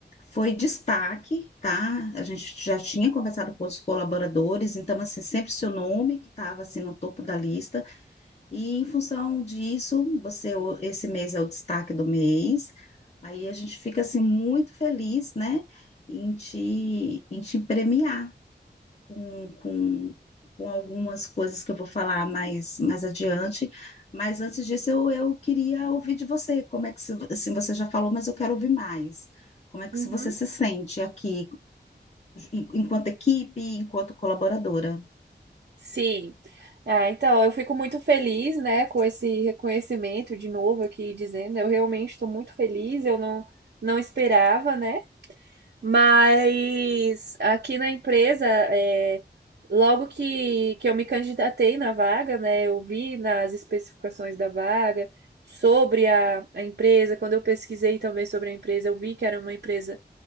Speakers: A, on the left; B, on the right.
A: foi destaque, tá? A gente já tinha conversado com os colaboradores, então, assim, sempre seu nome que estava, assim, no topo da lista. E, em função disso, você, o- esse mês é o destaque do mês. Aí a gente fica, assim, muito feliz, né? Em te, em te premiar com, com, com algumas coisas que eu vou falar mais, mais adiante. Mas antes disso, eu, eu queria ouvir de você. Como é que, se- assim, você já falou, mas eu quero ouvir mais. Como é que
B: Uhum.
A: se você se sente aqui, en- enquanto equipe, enquanto colaboradora?
B: Sim. Ah, então, eu fico muito feliz, né, com esse reconhecimento de novo aqui dizendo. Eu realmente estou muito feliz, eu não, não esperava, né? Mas aqui na empresa, é, logo que, que eu me candidatei na vaga, né, eu vi nas especificações da vaga sobre a, a empresa. Quando eu pesquisei também sobre a empresa, eu vi que era uma empresa